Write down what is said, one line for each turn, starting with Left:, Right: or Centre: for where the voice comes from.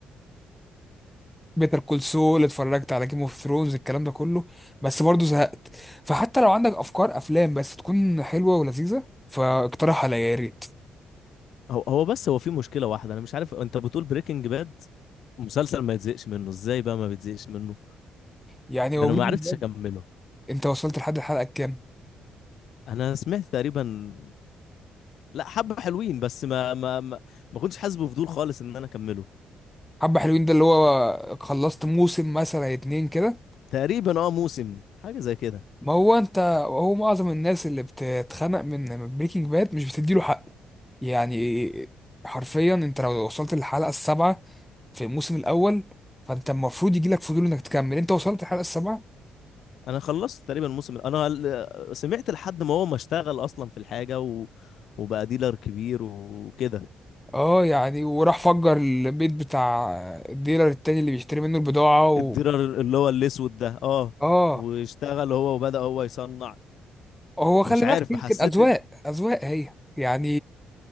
Centre: بيتر كول سول اتفرجت على جيم اوف ثرونز الكلام ده كله بس برضه زهقت فحتى لو عندك افكار افلام بس تكون حلوه ولذيذه فاقترح عليا يا ريت
Left: هو هو بس هو في مشكلة واحدة أنا مش عارف أنت بتقول بريكنج باد مسلسل ما يتزهقش منه إزاي بقى ما بيتزهقش منه
Centre: يعني
Left: ده
Centre: هو
Left: أنا
Centre: بريكنج
Left: ما عرفتش
Centre: باد
Left: أكمله
Centre: انت وصلت لحد الحلقه كام
Left: أنا سمعت تقريبا لا حبة حلوين بس ما ما ما, ما كنتش حاسس بفضول خالص إن أنا أكمله
Centre: حبه حلوين ده اللي هو خلصت موسم مثلا اتنين كده
Left: تقريبا أه موسم حاجة زي كده
Centre: ما هو انت هو معظم الناس اللي بتتخنق من بريكنج باد مش بتديله حقه يعني حرفيا انت لو وصلت للحلقه السابعه في الموسم الاول فانت المفروض يجي لك فضول انك تكمل انت وصلت الحلقه السابعه
Left: أنا خلصت تقريبا الموسم أنا ال- سمعت لحد ما هو ما اشتغل أصلا في الحاجة و... وبقى ديلر كبير وكده
Centre: اه يعني وراح فجر البيت بتاع الديلر التاني اللي بيشتري منه البضاعه و...
Left: الديلر اللي هو الأسود ده أه
Centre: اه
Left: واشتغل هو وبدأ هو يصنع
Centre: هو خلي
Left: مش
Centre: بالك
Left: عارف
Centre: يمكن
Left: حسيت
Centre: اذواق اذواق هي يعني